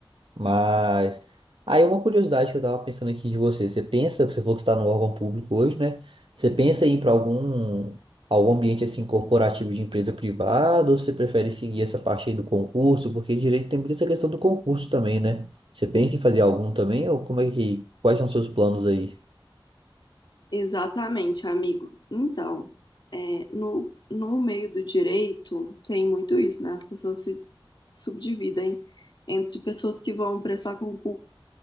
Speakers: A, on the right; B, on the left.
A: Mas. Aí uma curiosidade que eu tava pensando aqui de você. Você pensa, você falou que está no órgão público hoje, né? Você pensa em ir pra algum, algum ambiente assim corporativo de empresa privada, ou você prefere seguir essa parte aí do concurso? Porque direito tem muita essa questão do concurso também, né? Você pensa em fazer algum também, ou como é que. Quais são os seus planos aí?
B: Exatamente, amigo. Então, é, no, no meio do direito tem muito isso, né? As pessoas se subdividem entre pessoas que vão prestar concurso